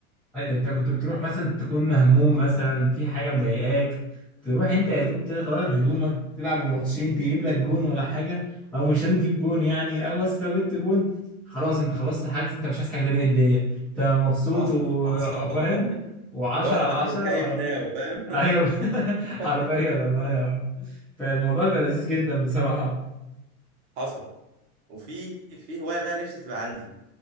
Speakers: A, in the centre; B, on the right (about 40°).
A: أي ده انت كنت بتروح مثلا تكون مهموم مثلا في حاجه مضايقاك تروح انت يا دوب تغير هدومك تلعب الماتشين تجيب لك جون ولا حاجه او مش لازم تجيب جون يعني او بس لو جبت جون خلاص انت خلصت الحجز انت مش عايز حاجه تانيه من الدنيا انت مبسوط
B: حصل
A: وفاهم
B: حصل والله <laughs>
A: و10 على 10
B: لو انا متكيف
A: ورا
B: ناو فاهم <laughs>
A: ايوه <laughs> حرفيا والله اه فالموضوع بيبقى لذيذ جدا بصراحه
B: حصل وفي في هواية بقى نفسي تبقى عندي